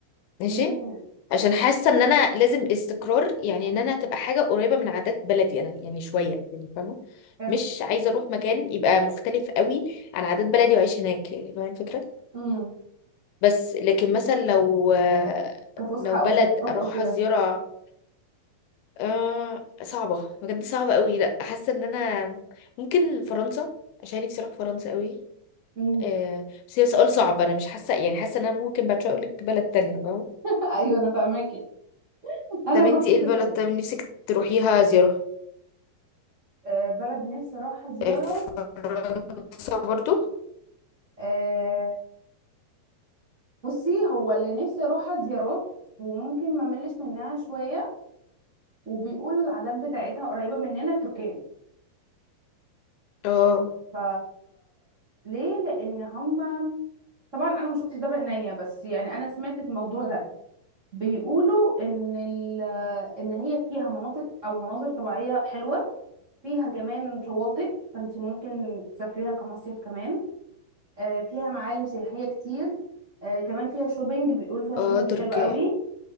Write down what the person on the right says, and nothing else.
امم
حلو
امم
كفسحة
أو
زيارات
أو كده
امم
<laughs> ايوه انا فاهماكي انا
برضو
كذلك
آه، بلد نفسي اروحها زياره
آه، بصي هو اللي نفسي اروحها زيارات وممكن ما ملش منها شويه وبيقولوا العادات بتاعتها قريبه مننا تركيا
ف ليه لان هم طبعا انا ما شفتش ده بعينيا بس يعني انا سمعت الموضوع ده بيقولوا ان ال- آه، ان هي فيها مناطق او مناظر طبيعيه حلوه فيها كمان شواطئ فانت ممكن تسافريها كمصيف كمان آه، فيها معالم سياحيه كتير آه، كمان فيها شوبينج بيقولوا فيها شوبينج
حلو قوي